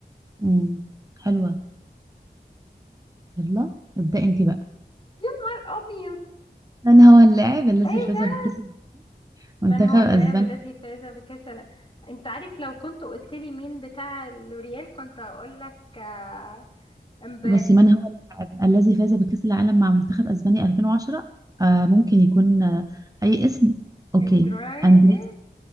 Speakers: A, on the right; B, on the left.
A: مم. حلوه يلا ابدأ انت بقى
B: يا نهار ابيض
A: من هو اللاعب الذي
B: ايه
A: فاز
B: ده
A: بكأس منتخب
B: من هو اللاعب
A: اسبانيا
B: الذي فاز بكاس الع- انت عارف لو كنت قلت لي مين بتاع الريال كنت هقول لك آه، امبابي
A: بصي من هو اللاعب الذي فاز بكأس العالم مع منتخب اسبانيا 2010 آه ممكن يكون آه اي اسم اوكي
B: اندراي
A: اندريس
B: ايه